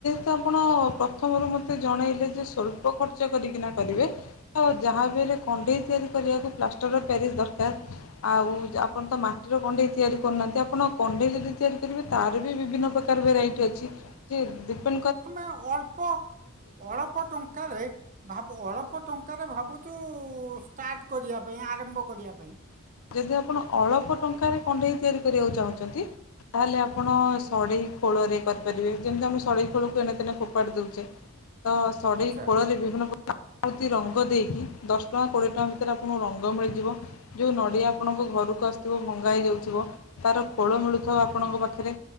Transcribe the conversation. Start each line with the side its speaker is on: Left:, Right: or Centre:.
Left: ତ ଆପଣ ପ୍ରଥମରୁ ମତେ ଜଣେଇଲେ ଯେ, ସ୍ଵଳ୍ପ ଖର୍ଚ୍ଚ କରିକିନା କରିବେ। ଆଉ ଯାହାବି ଲେ କଣ୍ଢେଇ ତିଆରି କରିବାକୁ ପ୍ଲାଷ୍ଟର ପ୍ୟାରିସ୍ ଦରକାର ଆଉ ଯେ ଆପଣ ତ ମାଟିର କଣ୍ଢେଇ ତିଆରି ହା ଆପଣ କଣ୍ଢେଇ ଯଦି ତିଆରି କରିବେ ତାର ବି ବିଭିନ୍ନ ପ୍ରକାରର ଭେରାଇଟ୍ ଅଛି ଯେ ଡିପେ
Right: ଆମେ ଅଳ୍ପ ଅଳ୍ପ ଟଙ୍କାରେ ଭାବୁ, ଅଳ୍ପ ଟଙ୍କାରେ ଭାବୁ ବୋହୁତୁ ଷ୍ଟାର୍ଟ କରିବା ପାଇଁ ଆରମ୍ଭ କରିବା ପାଇଁ।
Left: ଯଦି ଆପଣ ଅଳପ ଟଙ୍କାରେ କଣ୍ଢେଇ ତିଆରି କରିବାକୁ ଚାହୁଁଚନ୍ତି ତାହେଲେ ଆପଣ ସଢେଇ ଖୋଳରେ କରିପାରିବେ ଯେମିତି ଆମେ ସଢେଇ ଖୋଳକୁ ଏଣେ ତେଣେ ଫୋପାଡ଼ି ଦୋଉଚେ। ତ ସଢେଇ
Right: ଆଚ୍ଛା
Left: ଖୋଳରେ ବିଭିନ୍ନ ପ୍ର କି ରଙ୍ଗ ଦେଇକି ଦଶ ଟଙ୍କା କୋଡ଼ିଏ ଟଙ୍କା ଭିତରେ ଆପଣଙ୍କୁ ରଙ୍ଗ ମିଳିଯିବ ଯୋଉ ନ ନଡ଼ିଆ ଆପଣଙ୍କ ଘରକୁ ଆସଥିବ ଭଙ୍ଗା ହେଇଯାଉଥୁବ ତାର ଖୋଳ ମିଳୁଥିବ ଆପଣଙ୍କ ପାଖରେ